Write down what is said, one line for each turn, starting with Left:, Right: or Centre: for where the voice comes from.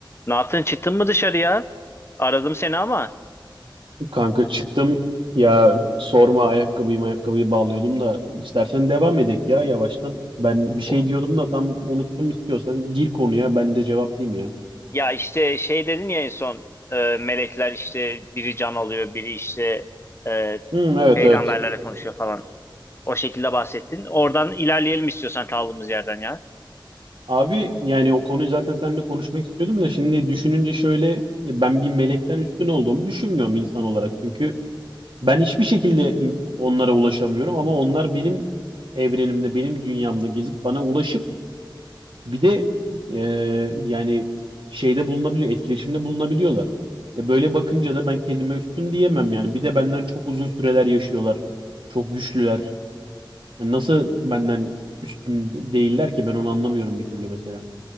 Left: Ne yaptın? Çıktın mı dışarıya? Aradım seni ama.
Right: Kanka çıktım ya sorma ayakkabıyı ayakkabıyı bağlıyordum da istersen devam edek ya yavaştan. Ben bir şey
Left: O-
Right: diyordum da tam unuttum istiyorsan gir konuya ben de cevaplayayım ya.
Left: Ya işte şey dedin ya en son e, melekler işte biri can alıyor, biri işte e,
Right: Hmm, evet
Left: peygamberlerle
Right: evet.
Left: konuşuyor falan. O şekilde bahsettin. Oradan ilerleyelim istiyorsan kaldığımız yerden ya.
Right: Abi yani o konuyu zaten seninle konuşmak istiyordum da şimdi düşününce şöyle ya ben bir melekten üstün olduğumu düşünmüyorum insan olarak. Çünkü ben hiçbir şekilde in- onlara ulaşamıyorum ama onlar benim evrenimde benim dünyamda gezip bana ulaşıp Bir de e, yani şeyde bulunabiliyor, etkileşimde bulunabiliyorlar. E, böyle bakınca da ben kendime üstün diyemem yani. Bir de benden çok uzun süreler yaşıyorlar. Çok güçlüler. Yani nasıl benden üstün de- değiller ki ben onu anlamıyorum bir türlü mesela.